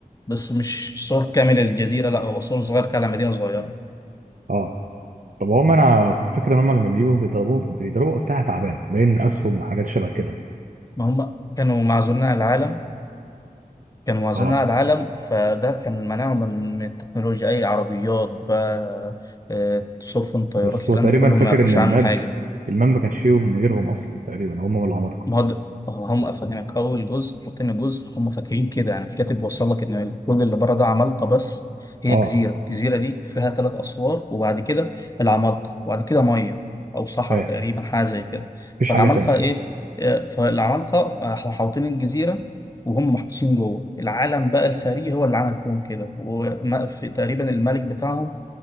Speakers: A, on the left; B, on the right.
A: بس مش صور كاملة للجزيرة لا هو صور صغيرة كده على مدينة صغيرة
B: اه طب هم انا كنت فاكر ان هم لما بيجوا بيضربوا بيضربوا أسلحة تعبانة باين أسهم وحاجات شبه كده
A: ما هم كانوا معزولين عن العالم كانوا معزولين
B: اه
A: عن العالم فده كان منعهم من من التكنولوجيا أي عربيات بقى آه، سفن طيارات
B: بس
A: الكلام
B: هو تقريبا
A: ده كله
B: فاكر
A: ما يعرفوش
B: ان الماب
A: عنه حاجة
B: الماب ما كانش فيهم غيرهم اصلا تقريبا هم والعمالقة
A: ما هو ده- هم افهمك اول جزء وتاني جزء هم فاكرين كده يعني الكاتب وصل لك ان كل اللي بره ده عمالقه بس هي
B: اه
A: جزيره الجزيره دي فيها ثلاث اسوار وبعد كده العمالقه وبعد كده ميه او صحراء
B: فاهم
A: تقريبا حاجه زي كده
B: مفيش
A: فالعمالقه
B: حاجة تاني
A: ايه آه، فالعمالقه آه، محاوطين الجزيره وهم محبوسين جوه العالم بقى الخارجي هو اللي عمل فيهم كده وفي تقريبا الملك بتاعهم